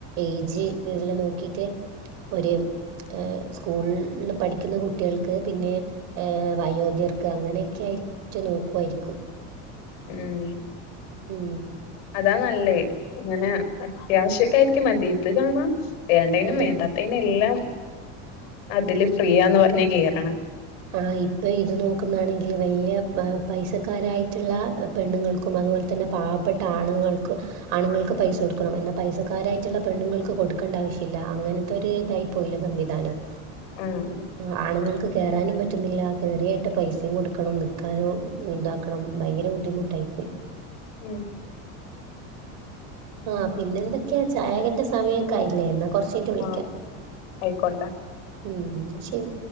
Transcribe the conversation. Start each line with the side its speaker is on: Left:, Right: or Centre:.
Right: ഏജ് ഇതെല്ലാം നോക്കിട്ട് ഒര് സ്കൂളിൽ നിന്ന് പഠിക്കുന്ന കുട്ടികൾക്ക് പിന്നെ ഏയ്യ് വയോധ്യർക്ക് അങ്ങനെക്കെ ആയിട്ട് നോക്കുവായിരിക്കും
Left: ഉം
Right: ഉം
Left: അതാ നല്ലേ അങ്ങനെ അത്യാവശ്യക്ക ആയിരിക്കും മതി ഇത് കാണാം വേണ്ടെനും
Right: അതന്നെ
Left: വേണ്ടാത്തെനും എല്ലാം അതില് ഫ്രീയാന്ന് പറഞ്ഞ് കേറണം
Right: ആ ഇപ്പൊ ഇത് നോക്കുന്ന ആണെങ്കില് വല്യയ പൈസക്കാരായിറ്റുള്ള പെണ്ണുങ്ങൾ ക്കും അത് പോല്തന്നെ പാവപ്പെട്ട ആണുങ്ങൾക്ക് ആണുങ്ങൾക്ക് പൈസ കൊടുക്കണം എന്നാ പൈസക്കാരായിറ്റുള്ള പെണ്ണുങ്ങൾക്ക് കൊടുക്കണ്ട ആവശ്യ ഇല്ല അങ്ങനെ അത് ഒര് ഇതായി പോയില്ലേ സംവിധാനം
Left: ഉം
Right: ആഹ് ആണുങ്ങൾക്ക്. കേ വരാനും പറ്റുന്നില്ല കേറിയായിട്ട് പൈസയും കൊടുക്കണം നിൽക്കാനും ഇതാക്കണം ഭയങ്കര ബുദ്ധിമുട്ടായിപ്പോയി.
Left: ഉം
Right: ആഹ് പിന്നെ എന്തെക്കെയാ ചായെ ന്റെ സമയൊക്കെ ആയില്ലേ ന്ന കൊറച്ച് കഴിഞ്ഞിട്ട് വിളിക്കാം
Left: ആഹ് ആയിക്കോട്ടെ
Right: ഉം ന്ന ശരി